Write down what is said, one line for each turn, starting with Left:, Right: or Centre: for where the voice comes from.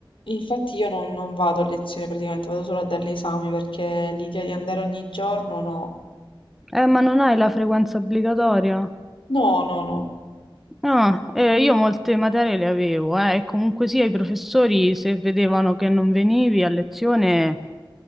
Left: Infatti io non, non vado a lezione praticamente, vado solo a dare gli esami perché l'idea di andare ogni giorno, no.
Centre: Eh, ma non hai la frequenza obbligatoria?
Left: No, no, no.
Centre: No, eh, io molte materie le avevo, eh, e comunque sia i professori se vedevano che non venivi a lezione